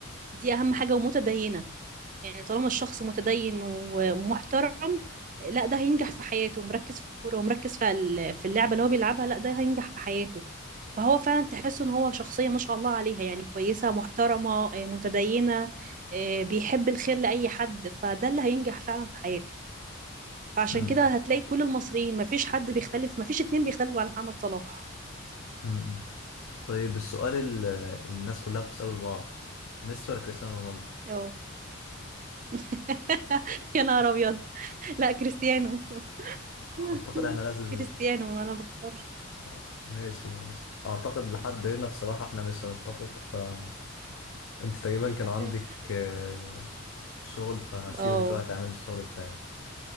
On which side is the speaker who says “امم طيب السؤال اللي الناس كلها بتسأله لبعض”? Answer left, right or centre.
Left